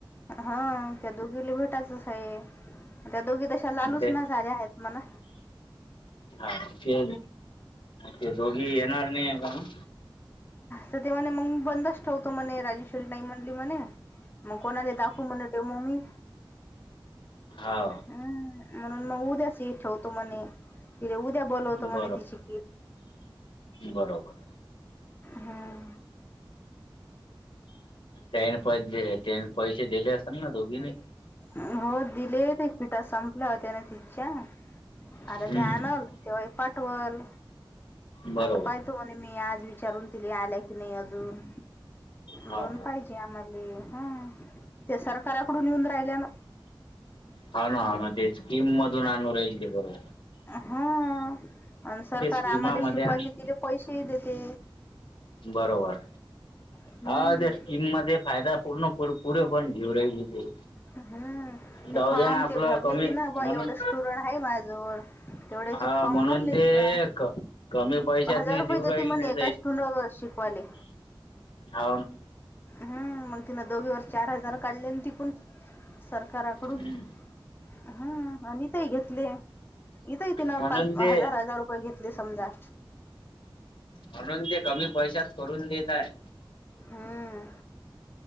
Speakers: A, on the left; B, on the left.
A: हा त्या दोघीले भेटायचचं आहे त्या दोघी त श्या लालूच
B: ते
A: नचं आल्या आहेत मणा.
B: हा ते ते दोघी येणार नाही आहे का मग.
A: तर ते म्हणे मंग बंदच ठेवतो मणे राजेश्वरी नाही म्हणली म्हणे. मग कोणाले दाखु म्हणे डेमो मी.
B: हाव!
A: ह म्हणून मग उद्या चं हे ठेवतो म्हणे, उद्या बोलवतो म्हणे
B: बरोबर
A: तिची किट.
B: बरोबर.
A: हं!
B: त्याने पै दिले, त्यानी पैसे दिले असल ना दोघीणी
A: अ हो दिले त्या किटा संपल्या होत्या न तिच्या.
B: हम्म
A: आता ते आणल तेव्हा ही पाठवल
B: बरोबर
A: आता पाहि तो न मी आज विचारून तिले आल्या की नाही अजून
B: हा
A: दोन
B: हा
A: पाहिजे. ते आमाले हा ते सरकाराकडून येऊन राहिल्या न.
B: हा ना हा ना ते स्कीम मधून आणू राहीली ते बरो
A: हा आणि सरकार
B: स्कीमामध्ये
A: आम्हाला शिकवायचे
B: आणि
A: तिले पैसेही देते.
B: बरोबर,
A: हम्म
B: हा तेचकी मध्ये फायदा, पूर्ण पूर, पुरे पण घेऊ राहिली ते.
A: हम्म, ते
B: जाऊ
A: फॉम
B: दे ना आपलं
A: ते भरले
B: कमी
A: ती न, बा
B: म्हणून
A: एवढे स्टुडंट हाय माय जवळ तेवढ्याचे
B: हा
A: फम
B: म्हणून
A: भरले
B: ते
A: ति न.
B: क कमी पैशात
A: हजार
B: नाही देऊ
A: रुपय
B: राहिल
A: देती म्हणे,
B: नाही
A: एका स्टूलवर शिकवाले.
B: हा ना.
A: हम, मग तिनं दोघीवर चार हजार काढले आणि ती पून सरकाराकडून.
B: हम्म
A: हम, आणि इथय घेतले, इथंय तिनं
B: म्हणून
A: पाच
B: ते
A: हजार- हजार रुपये घेतले समजा.
B: म्हणून ते कमी पैशात करून देत हाय.
A: हम्म.